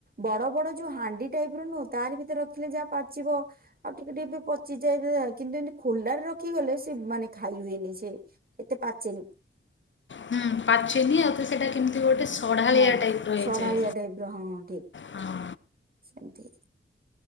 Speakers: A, on the right; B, on the left.
A: ବଡ ବଡ ଯୋଉ ହାଣ୍ଡି ଟାଇପ ର ନୁହଁ ତାରି ଭିତରେ ରଖିଲେ ଯାହା ପାଚିବ ଆଉ ଟିକେ ଟିକେ ବି ପ ଚିଯାଏ ଜେ କିନ୍ତୁ ଏମତି ଖୋଲାରେ ରଖିକି ଗଲେ ସେ ମାନେ ଖାଇ ହୁଏନି ସେ ଏତେ ପାଚେନି। <inaudible>
B: ହୁଁ ପାଚେଇଦିଏ ଆଉ ଥରେ ସେଟା କେମିତି ଗୋଟେ ସଢ଼ାଳିଆ
A: ହଁ
B: ଟାଇପ୍ର ହେଇଯାଏ
A: ସଢାଳିଆ ଟାଇପ ର ହଁ ହଁ ଠିକ୍,
B: ହଁ
A: ସେମତି।